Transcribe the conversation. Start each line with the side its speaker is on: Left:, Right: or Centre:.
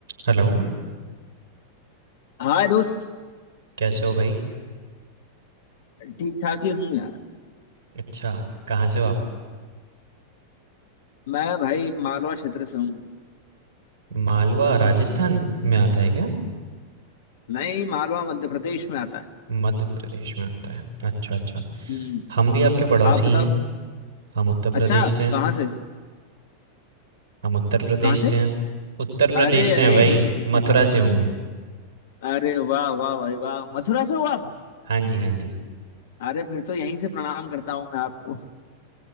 Right: Hello,
Left: हाय दोस्त
Right: कैसे हो भाई?
Left: ठीक ठाक ही हूँ यार
Right: अच्छा, कहाँ से हो आप?
Left: मैं भाई मालवा क्षेत्र से हूँ
Right: मालवा राजस्थान में आता है क्या?
Left: नहीं मालवा मध्य प्रदेश में आता है
Right: मध्य प्रदेश में आता है। अच्छा अच्छा
Left: हम्म
Right: हम भी आपके पड़ोसी
Left: आप बताओ
Right: ही हैं। हम उत्तर प्रदेश
Left: अच्छा
Right: से हैं।
Left: कहाँ से
Right: हम उत्तर प्रदेश
Left: कहाँ
Right: से
Left: से
Right: हैं। उत्तर प्रदेश
Left: अरे
Right: से
Left: अरे
Right: हैं भाई।
Left: <laughs>
Right: मथुरा से हूँ मैं।
Left: अरे वाह वाह भाई वाह मथुरा से हो आप
Right: हाँ जी हाँ जी।
Left: अरे फिर तो यहीं से प्रणाम करता हूँ मैं आपको